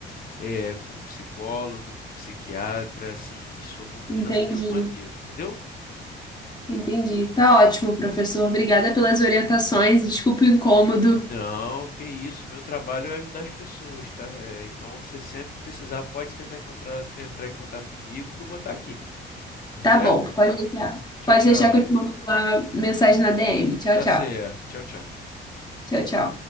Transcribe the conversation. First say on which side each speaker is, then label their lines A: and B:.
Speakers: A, on the left (about 45°); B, on the left (about 20°).
A: é, com um psicólogo, com um psiquiatra, assim, de sua confiança
B: entendi.
A: de algum amigo, entendeu?
B: Entendi.
A: Hum,
B: Tá ótimo, professor. Obrigada pelas orientações. Desculpe o incômodo.
A: não, que isso. Meu trabalho é ajudar as pessoas, tá? É, então, você sempre que precisar, pode tentar encontrar, entrar em contato comigo, que eu vou estar aqui, tá
B: Tá
A: certo?
B: bom, pode deixar.
A: Tchau,
B: Pode
A: tchau.
B: deixar que eu te mando uma mensagem na DM. Tchau,
A: Tá
B: tchau.
A: certo. Tchau, tchau.
B: Tchau, tchau.